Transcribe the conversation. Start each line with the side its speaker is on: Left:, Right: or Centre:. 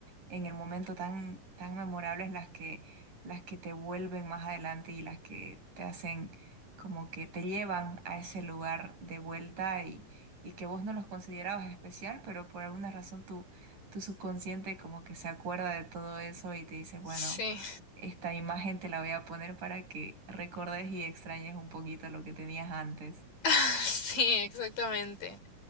Right: en el momento tan, tan memorables las que, las que te vuelven más adelante y las que te hacen como que te llevan a ese lugar de vuelta y, y que vos no los considerabas especial, pero por alguna razón tu, tu subconsciente como que se acuerda de todo eso y te dice, bueno,
Left: Sí,
Right: esta imagen te la voy a poner para que recordes y extrañes un poquito lo que tenías antes.
Left: <laughs> sí, exactamente.